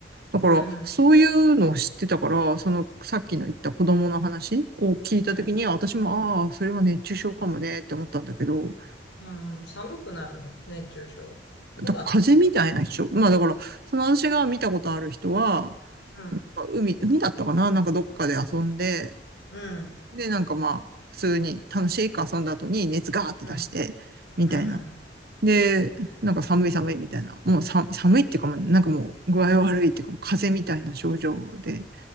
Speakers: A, on the right (about 55°); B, on the left (about 80°).
A: だから、
B: うん、
A: そういうのを知ってたから、その、さっきの言った子供の話を聞いたときに、
B: うん。
A: 私も、ああ、それは熱中症かもね、って思ったんだけど、
B: うん、寒くなるの熱中症。どうだったかな
A: だ風邪みたいな人、まあだから、その私が見たことある人は、
B: うん、
A: なんか海、海だったかななんかどっかで遊んで、
B: うん、
A: で、なんかまあ、普通に楽しいく遊んだ後に熱ガーって出して、
B: うん、
A: みたいな。
B: うん。
A: で、なんか寒い寒いみたいな。もうさ寒いっていうかもなんかもう具合悪いっていうかもう風邪みたいな症状で。